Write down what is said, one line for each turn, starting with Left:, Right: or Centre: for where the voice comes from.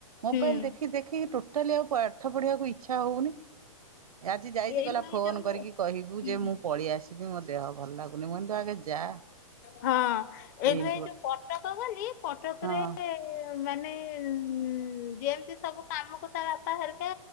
Right: ମୋବାଇଲ
Left: ହୁଁ
Right: ଦେଖି ଦେଖିକି ଟୋଟାଲି ଆଉ ପାଠ ପଢିବାକୁ ଇଚ୍ଛା ହଉନି ଆଜି ଯାଇଛି
Left: ଏଇଥିପାଇଁ
Right: ଗଲା ଫୋନ
Left: ଯୋଉ
Right: କରିକି କହିବୁ
Left: ହୁଁ
Right: ଯେ ମୁଁ ପଳେଇ ଆସିବି ମୋ ଦେହ ଭଲ ଲାଗୁନି ମୁଁନ୍ତୁ ଆଗେ ଯା
Left: ହଁ ଏଇଠୁ
Right: ଏମିତି
Left: ଏଇ
Right: ଗୋଟେ
Left: ଯୋଉ କଟକ ଗଲି କଟକରେ
Right: ହଁ
Left: ମାନେ ଉ ଯେମିତି ସବୁ କାମକୁ ତା ବାପା ହେରିକା